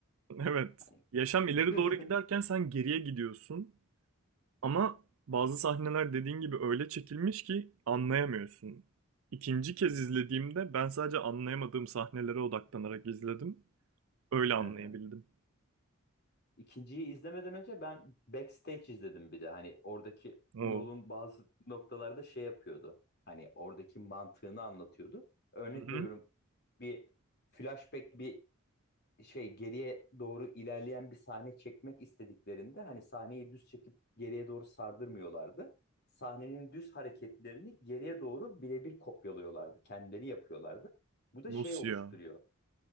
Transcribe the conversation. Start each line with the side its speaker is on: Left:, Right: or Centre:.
Right: <laughs> Evet.
Left: hani.
Right: Yaşam ileri
Left: <laughs>
Right: doğru giderken sen geriye gidiyorsun. Ama bazı sahneler dediğin gibi öyle çekilmiş ki anlayamıyorsun. İkinci kez izlediğimde ben sadece anlayamadığım sahnelere odaklanarak izledim. Öyle anlayabildim.
Left: Hı hı. İkinciyi izlemeden önce ben Backstage izledim bir de. Hani oradaki Nolan
Right: Oo.
Left: bazı noktalarda şey yapıyordu. Hani oradaki mantığını anlatıyordu. Örnek
Right: Hı hı.
Left: veriyorum bir flashback bir şey geriye doğru ilerleyen bir sahne çekmek istediklerinde hani sahneyi düz çekip geriye doğru sardırmıyorlardı. Sahnenin düz hareketlerini geriye doğru birebir kopyalıyorlardı. Kendileri yapıyorlardı. Bu da
Right: Nasıl
Left: şey oluşturuyor.
Right: ya?